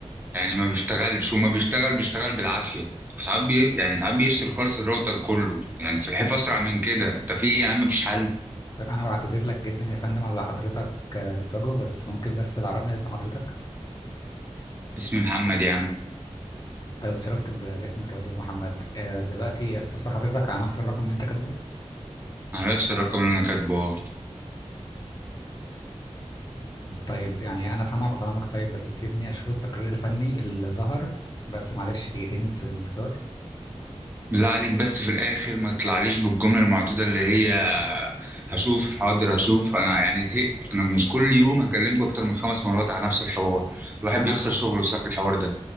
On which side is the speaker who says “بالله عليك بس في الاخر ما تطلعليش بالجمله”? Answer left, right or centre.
Right